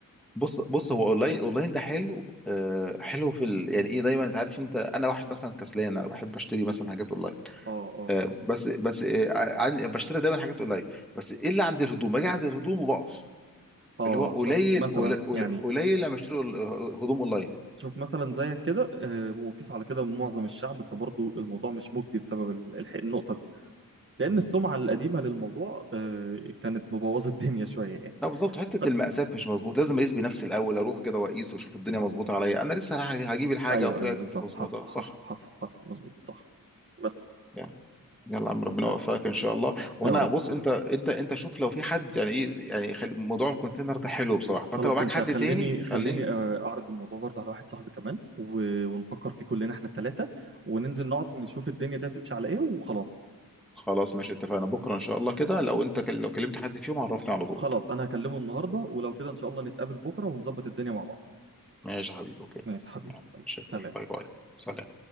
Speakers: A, in the centre; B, on the right (about 35°).
A: بص بص هو اونلاين اونلاين ده حلو آه حلو في ال... يعني ايه دايما انت عارف انت انا واحد مثلا كسلان انا بحب اشتري مثلا حاجات اونلاين
B: اه اه
A: طب بس بس آه عن... بشتري دايما حاجات اونلاين بس ايه اللي عند الهدوم اجي عند الهدوم وبقف
B: اه
A: اللي هو قليل
B: شوف مثلا
A: قليل
B: يعني
A: قليل لما اشتري أول- هدوم اونلاين
B: شوف مثلا زيك كده آه، وقيس على كده معظم الشعب فبرضه الموضوع مش مجدي بسبب ال- الح- النقطة دي لأن
A: مم.
B: السمعة القديمة للموضوع آه، كانت مبوظة الدنيا شوية يعني
A: لا بالظبط حته
B: بس
A: المقاسات مش مظبوط لازم اقيس بنفسي الاول اروح كده واقيس واشوف الدنيا مظبوطه عليا انا لسه رايح هجيب الحاجه
B: أيوه
A: وطلعت
B: أيوه بالظبط
A: مش مظبوطه
B: حصل
A: صح
B: حصل حصل حصل مظبوط صح بس
A: مم. يلا يا عم ربنا
B: آه،
A: يوفقك ان شاء الله وانا
B: يا رب
A: بص انت انت انت شوف لو في حد يعني ايه يعني خل... موضوع الكونتينر ده حلو بصراحه
B: خلاص
A: فانت لو معاك
B: أنت
A: حد
B: خليني
A: تاني
B: خليني
A: خليني
B: آه، أعرض الموضوع برضه على واحد صاحبي كمان و- ونفكر فيه كلنا إحنا التلاتة وننزل نقعد نشوف الدنيا دي هتمشي على إيه وخلاص
A: خلاص ماشي اتفقنا بكره ان شاء الله كده لو انت كل- لو كلمت حد فيهم عرفني على طول
B: خلاص أنا هكلمه النهاردة ولو كده إن شاء الله نتقابل بكرة ونظبط الدنيا مع بعض
A: ماشي يا حبيبي اوكي
B: ماشي حبيبي
A: يلا،
B: يلا
A: شكرا
B: سلام
A: باي باي سلام
B: سلام